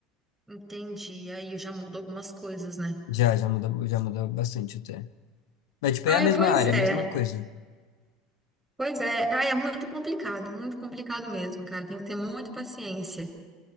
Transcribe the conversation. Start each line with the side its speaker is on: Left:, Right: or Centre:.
Centre: Entendi. Aí já muda algumas coisas, né?
Left: Já, já muda já muda bastante até. Mas, tipo,
Centre: Ai,
Left: é a mesma
Centre: pois
Left: área,
Centre: é.
Left: a mesma coisa.
Centre: Pois é, ah, é muito complicado, muito complicado mesmo, cara. Tem que ter muita paciência.